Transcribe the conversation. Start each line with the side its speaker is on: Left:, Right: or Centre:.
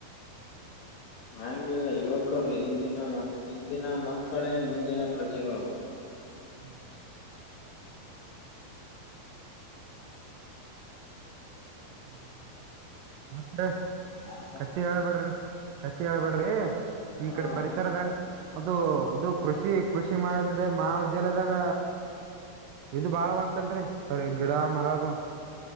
Left: ನಂಗಿಲ್ಲ ಯುವಕರು ಹಿಂದಿನ ಹಿಂದಿನ ಮಕ್ಕಳೇ ಮುಂದಿನ ಪ್ರಜೆಗಳು
Right: ಹ್ಮ್ ಹ್ಮ ಹ್ಮ ಹ್ಮ್ ಹ್ಮ್ ಮತ್ತೆ
Left: ಯಾರ್ ಕಾಣಿಸ್ತಾರೆ?
Right: ಕತ್ತಿ ಹೇಳಬೇಡ್ರಿ ಕತ್ತಿ ಹೇಳ್ಬೇಡ್ರಿ ನಿಮ್
Left: ಹ
Right: ಕಡೆ ಪರಿಸರದಂಗ ಅದು ಇದು ಕೃಷಿ ಕೃಷಿ ಮಾಡ ಮಹಾವಿದ್ಯಾಲಯದಾಗ ಇದು ಬಾಳವಂತಲ್ರಿ ಬರಿ ಗಿಡ ಮರದು